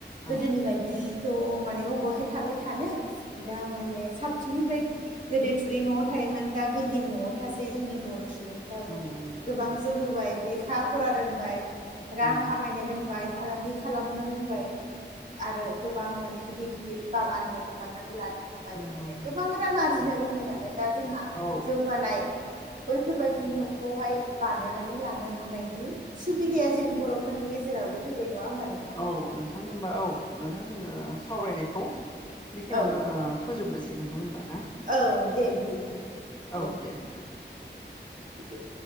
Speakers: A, on the right; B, on the left.
A: गोदोनि
B: औ
A: बायदि थ' माने अब'हाय थाबाय थानो दा माने साबसिननिफ्राय गोदो थुरि न'आव थायोमोन दा बिल्डिं न'आव थासै जोंनि बर' सुबुं फोराबो
B: नंगौ नोंथां
A: गोबां
B: औ
A: जौगबाय लेखा फरा रोंबाय रां
B: औ
A: खामायनो रोंबाय फालांगि खालामनो रोंबाय आरो गोबां माने गिदिर गिदिर बागानबो खालामनानै लानो हा बाय
B: नंगौ
A: माने
B: नंगौ
A: गोबां रां आरजिनो
B: औ
A: रोंबाय नालाय दा जोंहा
B: औ
A: जौगानाय बैफोरबाय दि न'खौहाय बानायनानै लानो हानायनि सुबिदाया जों बर'फोरनि गेजेरावबो फैबाय नङा होमबा नों
B: औ नोंथां होमबा औ नोंथां जोङो सावरायनायखौ बेखिनियावनो
A: औ
B: फोजोबनोसै नोंथां होनबा ना
A: औ दे बिदिबा
B: औ
A: दे
B: दे नोंथां
A: फाय